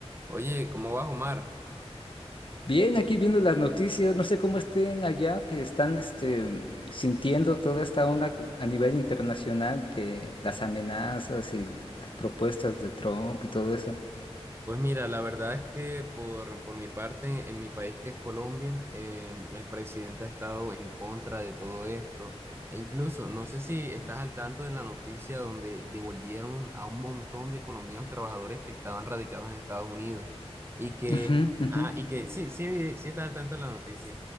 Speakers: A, on the right; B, on the left.
A: Oye, ¿cómo vas, Omar?
B: Bien, aquí viendo las noticias, no sé cómo estén allá, que están este, mm, sintiendo toda esta onda a nivel internacional, que las amenazas y las propuestas de Trump y todo eso.
A: Pues mira, la verdad es que por, por mi parte, en mi país que es Colombia, em, el presidente ha estado en contra de todo esto. E incluso, no sé si estás al tanto de la noticia donde devolvieron a un montón de colombianos trabajadores que estaban radicados en Estados Unidos. Y que,
B: Ujú, ujú.
A: ah, y que, sí, sí, sí estás al tanto de la noticia.